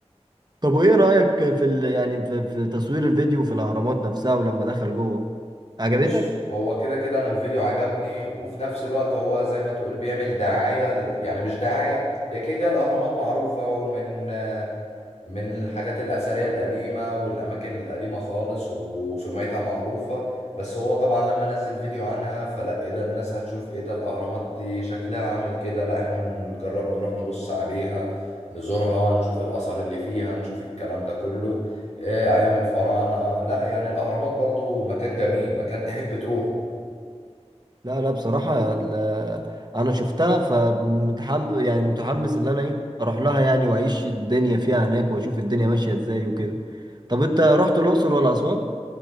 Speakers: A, on the right (about 40°); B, on the left (about 80°).
A: طب وإيه رأيك في ال... يعني في... في تصوير الفيديو في الأهرامات نفسها ولما دخل جوه عجبتك؟
B: بص هو كده كده انا الفيديو عجبني وفي نفس الوقت هو زي ما تقول بيعمل دعاية لل... يعني مش دعاية هي كده كده الاهرامات معروفة ومن من الحاجات الأثرية القديمة والأماكن القديمة خالص وسمعتها معروفة بس هو طبعا لما نزل فيديو عنها فلا ايه ده الناس هتشوف ايه ده الأهرامات دي شكلها عامل كده لا احنا نجرب نروح نبص عليها نزورها نشوف الآثار اللي فيها نشوف الكلام ده كله إيه أيام الفراعنة لا يعني الأهرامات برضو مكان جميل مكان تحب تروحه
A: لا لا بصراحة لا أنا شفتها فمتحم يعني متحمس إن أنا إيه أروح لها يعني وأعيش الدنيا فيها هناك وأشوف الدنيا ماشية إزاي وكده طب أنت رحت الأقصر ولا أسوان؟